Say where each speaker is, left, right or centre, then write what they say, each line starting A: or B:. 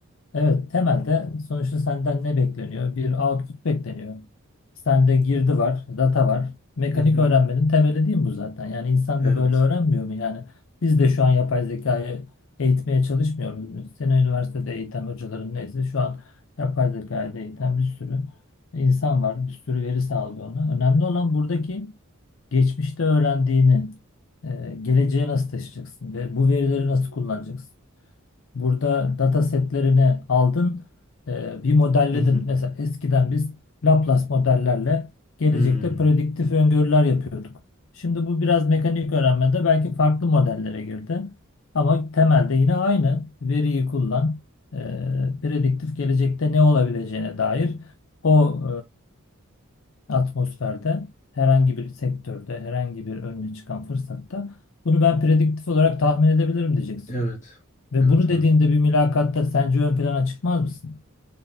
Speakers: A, on the left; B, on the left.
A: Evet, temelde sonuçta senden ne bekleniyor? Bir output bekleniyor. Sende girdi var, data var. Mekanik
B: Hı hı.
A: öğrenmenin temeli değil mi bu zaten? Yani insan
B: Evet.
A: da böyle öğrenmiyor mu? Yani biz de şu an yapay zekayı eğitmeye çalışmıyoruz. muyuz? Seni üniversitede eğiten hocaların neyse şu an yapay zekayı da eğiten bir sürü insan var. Bir sürü veri sağlıyor ona. Önemli olan buradaki geçmişte öğrendiğini, e, geleceğe nasıl taşıyacaksın ve bu verileri nasıl kullanacaksın? Burada data setlerini aldın, e, bir modelledin.
B: Hı hı.
A: Mesela eskiden biz Laplace modellerle gelecekte
B: Hmm.
A: prediktif öngörüler yapıyorduk. Şimdi bu biraz mekanik öğrenmede belki farklı modellere girdi. Ama temelde yine aynı veriyi kullan, e, prediktif gelecekte ne olabileceğine dair o e, atmosferde herhangi bir sektörde, herhangi bir önüne çıkan fırsatta bunu ben prediktif olarak tahmin edebilirim diyeceksin.
B: Evet.
A: Ve
B: Evet
A: bunu dediğinde
B: abi.
A: bir mülakatta sence ön plana çıkmaz mısın?